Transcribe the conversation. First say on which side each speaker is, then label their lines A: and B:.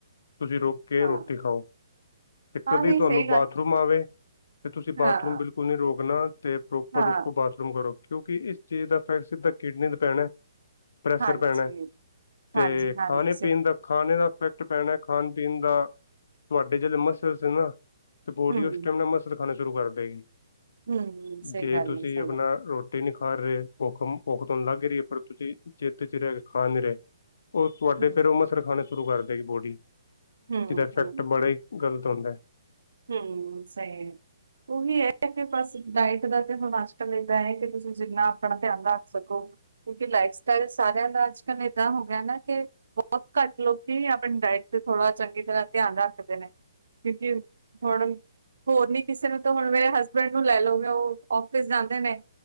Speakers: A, on the left (about 65°); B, on the right (about 80°).
A: ਤੁਸੀਂ ਰੋਕ ਕੇ
B: ਹਾਂ
A: ਰੋਟੀ ਖਾਓ <inaudible> ਤੇ ਕਦੇ
B: ਹਾਂ ਨਹੀਂ
A: ਤੁਹਾਨੂੰ
B: ਸਹੀ
A: ਬਾਥਰੂਮ
B: ਗੱਲ
A: ਆਵੇ ਤੇ ਤੁਸੀਂ
B: ਹਾਂ
A: ਬਾਥਰੂਮ ਬਿਲਕੁਲ ਰੋਕਣਾ ਤੇ ਪ੍ਰੋਪਰ
B: ਹਾਂ
A: ਰੁਕੋ ਬਾਥਰੂਮ ਕਰੋ ਕਿਉਂਕਿ ਇਸ ਚੀਜ਼ ਦਾ ਇਫੈਕਟ ਸਿੱਧਾ ਕਿਡਨੀ ਨੂੰ ਪੈਣਾ। ਪ੍ਰੈਸ਼ਰ
B: ਹਾਂਜੀ
A: ਪੈਣਾ ਤੇ
B: ਹਾਂਜੀ ਹਾਂਜੀ
A: ਖਾਣੇ
B: ਸਹੀ
A: ਪੀਣ ਦਾ ਖਾਣੇ ਦਾ ਇਫੈਕਟ ਪੈਣਾ ਖਾਣ ਪੀਣ ਦਾ ਤੁਹਾਡੇ ਜਿਹੜੇ ਮਸਲ ਸੀ ਨਾਂ ਤੇ ਬੋਡੀ
B: ਹੂੰ
A: ਉਸ ਟੈਮ ਨਾਂ ਮਸਲ ਖਾਣਾ ਸ਼ੁਰੂ ਕਰ ਦੇਗੀ
B: ਹੂੰ ਸਹੀ
A: <inaudible> ਜੇ
B: ਗੱਲ
A: ਤੁਸੀਂ
B: ਹੈ ਸਹੀ
A: ਆਪਣਾ
B: ਗੱਲ
A: ਰੋ ਰੋਟੀ ਨੀ ਖਾ ਰਹੇ ਭੁੱਖ-ਭੁੱਖ ਤੁਹਾਨੂੰ ਲੱਗ ਹੀ ਰਹੀ ਹੈ। ਪਰ ਤੁਸੀਂ ਚੇਤੇ ਚਿਰ ਕੇ ਖਾ ਨੀਂ ਰਹੇ। ਉਹ ਤੁਹਾਡੇ
B: ਹੂੰ
A: ਫਿਰ ਉਹ ਮਸਲ ਖਾਣੇ ਸ਼ੁਰੂ ਕਰਦੇਗੀ ਬੋਡੀ <inaudible>
B: ਹੂੰ
A: ਜਿਹਦਾ ਇਫੈਕਟ
B: ਹੂੰ
A: ਬੜਾ ਹੀ ਗਲਤ ਹੁੰਦਾ।
B: ਹੂੰ ਸਹੀ ਉਹੀ ਹੈ ਕਿ ਬਸ ਡਾਇਟ ਦਾ ਤੇ ਹੁਣ ਅੱਜ-ਕੱਲ੍ਹ ਇੱਦਾਂ ਹੈ ਕਿ ਤੁਸੀਂ ਜਿੰਨਾ ਆਪਣਾ ਧਿਆਨ ਰੱਖ ਸਕੋ। ਕਿਉਂਕਿ ਲਾਈਫ ਸਟਾਈਲ ਸਾਰਿਆਂ ਦਾ ਅੱਜ-ਕੱਲ੍ਹ ਏਦਾਂ ਹੋ ਗਿਆ ਨਾਂ ਕਿ ਬਹੁਤ ਘੱਟ ਲੋਕੀ ਆਪਣੀ ਡਾਇਟ ਤੇ ਥੋੜਾ ਚੰਗੀ ਤਰ੍ਹਾਂ ਧਿਆਨ ਰੱਖਦੇ ਨੇ ਕਿਉਂਕਿ ਹੁਣ ਹੋਰ ਨੀਂ ਕਿਸੇ ਨੂੰ ਤਾਂ ਹੁਣ ਮੇਰੇ ਹਸਬੈਂਡ ਨੂੰ ਲੈ, ਲਓ ਉਹ ਆਫਿਸ ਜਾਂਦੇ ਨੇ